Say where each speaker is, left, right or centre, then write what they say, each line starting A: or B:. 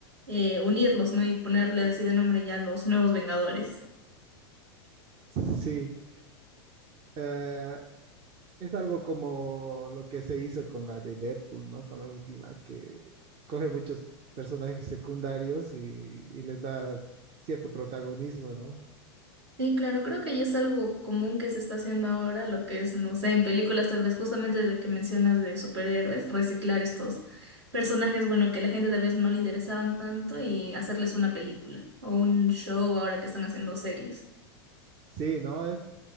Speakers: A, on the right; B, on the right.
A: eh, unirlos, ¿no? Y ponerle así de nombre ya los nuevos Vengadores.
B: Sí. Eh, Es algo como lo que se hizo con la de Deadpool, ¿no? Con la última, que coge muchos personajes secundarios y, y les da cierto protagonismo, ¿no?
A: Sí, claro, creo que ya es algo común que se está haciendo ahora, lo que es, no sé, en películas tal vez justamente de que mencionas de superhéroes, reciclar estos personajes, bueno, que a la gente tal vez no le interesaban tanto y hacerles una película o un show ahora que están haciendo series.
B: Sí, ¿no? Es,